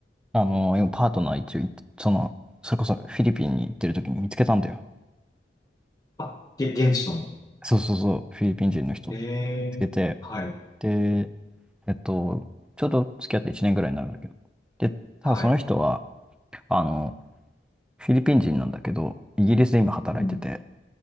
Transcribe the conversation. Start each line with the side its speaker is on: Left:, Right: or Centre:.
Centre: あの、今パートナー一応い、その、それこそフィリピンに行ってる時に見つけたんだよ。
Left: あ、げ、現地の。
Centre: そうそうそう、フィリピン人の人見
Left: え
Centre: つけて。
Left: えはい。
Centre: で、えっと、ちょうど付き合って1年ぐらいになるんだけど。で、ただその人は、
Left: はい。
Centre: あの、フィリピン人なんだけど、イギリスで今働いてて。
Left: うん。